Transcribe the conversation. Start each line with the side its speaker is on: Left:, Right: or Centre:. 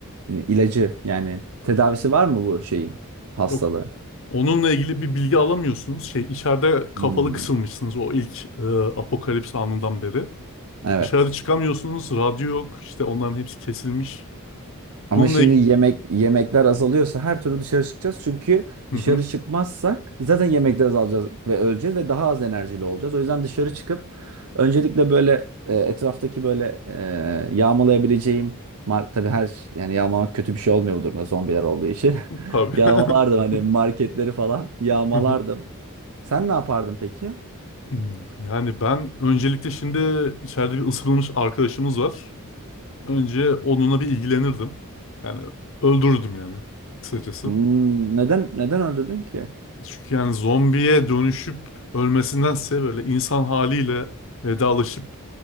Right: Ne, İlacı yani tedavisi var mı bu şeyin hastalığı?
Left: Yok Onunla ilgili bir bilgi alamıyorsunuz. Şey içeride kafalı
Right: Hmm,
Left: kısılmışsınız o ilk e, apokalips anından beri.
Right: Evet.
Left: Dışarı çıkamıyorsunuz. Radyo yok. İşte onların hepsi kesilmiş.
Right: Ama
Left: Bununla
Right: şimdi
Left: ilgili...
Right: yemek yemekler azalıyorsa her türlü dışarı çıkacağız. Çünkü
Left: Hı
Right: dışarı
Left: hı,
Right: çıkmazsak zaten yemekler azalacağız ve öleceğiz ve daha az enerjili olacağız. O yüzden dışarı çıkıp öncelikle böyle e, etraftaki böyle e, yağmalayabileceğim mar tabii her yani yağmalamak kötü bir şey olmuyor bu durumda zombiler olduğu için. <laughs>
Left: tabii.
Right: Yağmalardım
Left: <laughs>
Right: hani marketleri falan yağmalardım.
Left: Hı hı.
Right: Sen ne yapardın peki?
Left: Hmm, Yani ben öncelikle şimdi içeride bir ısırılmış arkadaşımız var. Önce onunla bir ilgilenirdim. Yani öldürürdüm yani kısacası.
Right: Hmm, neden neden öldürdün ki?
Left: Çünkü yani zombiye dönüşüp ölmesindense böyle insan haliyle vedalaşıp